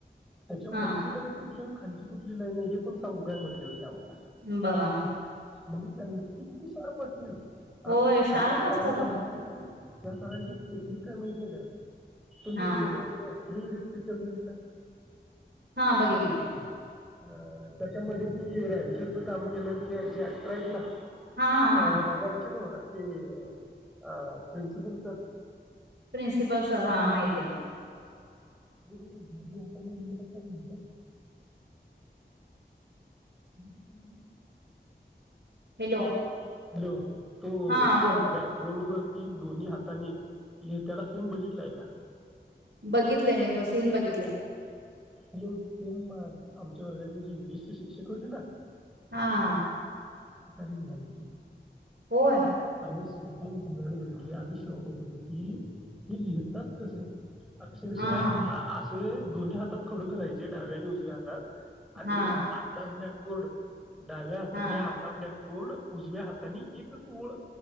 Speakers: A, in the centre; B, on the right.
A: त्याच्या
B: हा
A: वरची लाईन कुठली खालची कुठली लाईन आहे हे पण सांगू काय म्हटले होते आम्हाला
B: बघा मग
A: म्हणजे त्या ते किती शार्प असतील अ
B: होय शार्प
A: आणि त्या सरांची
B: असता तो
A: टेकणीक त्या सरांची स्थिती काय माहित्या काय तुम्ही
B: हा
A: हे घ्या थ्री इडियट पिक्चर बघितलाय
B: हा बघितलाय
A: अ त्याच्यामध्ये जे रॅचोच काम केल आहेत ना ते जे एक्टर आहेत ना
B: हा हा हा
A: अ रॅचो नव्ह ते अ प्रिंसिपल सर
B: प्रिन्सिपल सर हा माहिती आहे
A: गुडगुड म्हणज कस आहे माहिती आहे <unintelligible>
B: हॅलो
A: हॅलो तो
B: हा
A: अ
B: बोल
A: ब्लॅकबोर्ड वर ते दोन्ही हातानी लिहत्याला सिन बघितलयं का
B: बघितलंय मी तो सीन बघितलाय
A: हॅलो अम्म आमच्या वर्गातले जे इंग्लिशचे शिक्षक होते ना
B: हा हा
A: करी लिहायचे
B: होय
A: आम्ही स्वतः डोळयाने बघितले आम्ही शॉक होत होतो की हे लिहतात कसे अक्षरशः
B: हा
A: अस
B: हा
A: ते दोन्ही हातात खडू धरायचे डाव्या आणि उजव्या हातात आणि
B: हा
A: अर्धा ब्लॅक बोर्ड डाव्या हाताने
B: हा
A: अर्धा ब्लॅक बोर्ड उजव्या हाताने एकच ओळ